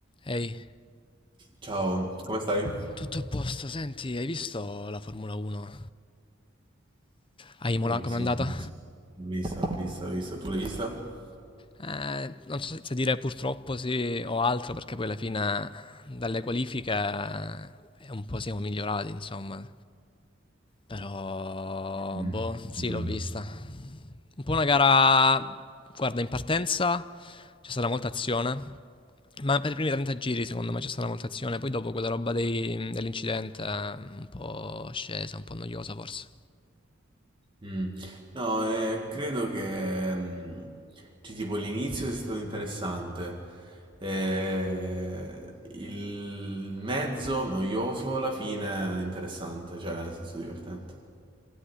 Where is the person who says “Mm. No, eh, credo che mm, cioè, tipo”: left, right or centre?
Right